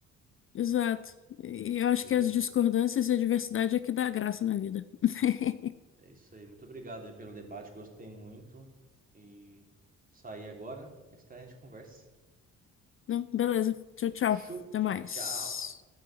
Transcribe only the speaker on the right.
Beleza?
É isso aí. Muito obrigado aí pelo debate, gostei muito. E sair agora, mais tarde a gente conversa.
Show.
Tchau,
tchau.